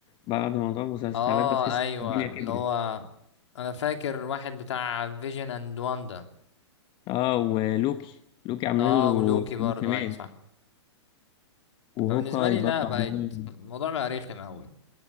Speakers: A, on the left; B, on the left.
A: بعد موضوع المسلسلات
B: اه
A: ده تحس
B: ايوه
A: الدنيا كبرت
B: اللي هو انا فاكر واحد بتاع فيجن اند واندا
A: اه ولوكي لوكي عاملين
B: اه
A: له
B: ولوكي برضو
A: موسمين
B: ايوه صح
A: وهوكاي
B: فبالنسبه لي
A: برضه
B: لا بقت
A: عمال
B: الموضوع بقى رخم قوي